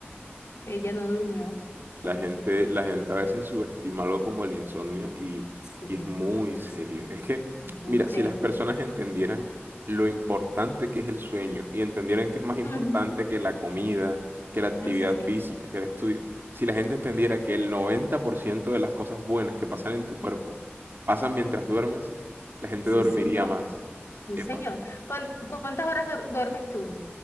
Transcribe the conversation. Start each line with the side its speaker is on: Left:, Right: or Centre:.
Left: ella no durmió,
Right: La
Left: pobrecita.
Right: gente, la gente a veces subestima algo como el insomnio y,
Left: Sí,
Right: y es muy
Left: sí,
Right: serio.
Left: sí.
Right: Es que,
Left: Muy
Right: mira,
Left: serio.
Right: si las personas entendieran lo importante que es el sueño y entendieran que es más importante
Left: Ujú.
Right: que la comida, que la actividad
Left: Así
Right: física,
Left: es.
Right: que el estudio, si la gente entendiera que el 90% de las cosas buenas que pasan en tu cuerpo pasan mientras duermes, la gente
Left: Sí,
Right: dormiría
Left: señor.
Right: más.
Left: Sí,
Right: Epa,
Left: señor. ¿Cuán- ¿Cuántas horas duer- duermes tú?